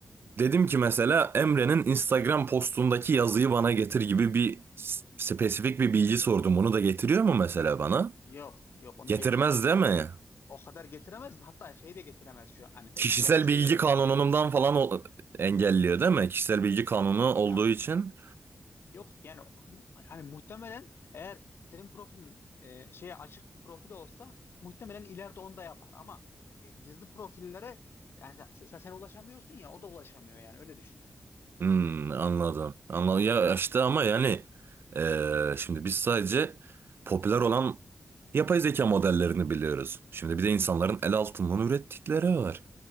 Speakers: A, on the right (about 75°); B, on the left (about 85°).
A: dedim ki mesela Emre'nin Instagram postundaki yazıyı bana getir gibi bir s- spesifik bir bilgi sordum. Bunu da getiriyor mu mesela bana?
B: Yok yok onu
A: Getirmez
B: getiremez
A: değil
B: tabii.
A: mi?
B: O, o kadar getiremez. Hatta şey de getiremez şu an hani
A: Kişisel
B: ileriki seviyelerde.
A: bilgi kanunundan falan o- engelliyor değil mi? Kişisel bilgi kanunu olduğu
B: Ya
A: için.
B: yok yani o- hani muhtemelen eğer senin profilin e, şeye açık bir profil olsa muhtemelen ileride onu da yapar ama e, gizli profillere yani sen, sen, sen ulaşamıyorsun ya o da ulaşamıyor yani öyle düşün.
A: Hmm, anladım. Anladım. Ya işte ama yani eee, şimdi biz sadece popüler olan yapay zeka modellerini biliyoruz. Şimdi bir de insanların el altından ürettikleri var.